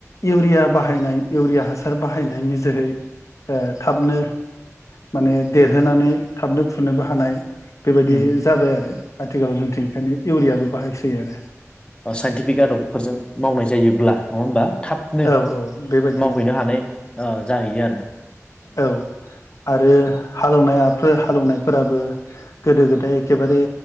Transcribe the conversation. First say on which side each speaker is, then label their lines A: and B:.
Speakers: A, on the left (about 70°); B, on the left (about 20°).
A: इउरिया बाहायनाय इउरिया हासार बाहायनायनि जोहै ओ थाबनो माने देरहोनानै थाबनो फुनोबो हानाय बेबायदि
B: ओम
A: जाबाय आरो आथिखालाव जोंथिं ओंखायनो इउरियाबो बाहायसै आरो
B: ओ साइन्टिफिक आदबफोरजों मावनाय जायोब्ला नङा होमबा थाबनो
A: औ औ बेबायदि
B: मावहैनो
A: आरो
B: हानाय ओ जाहैयो आरो ना
A: औ आरो हालौनाया हालौनायफोराबो गोदो गोदाय एखेबारे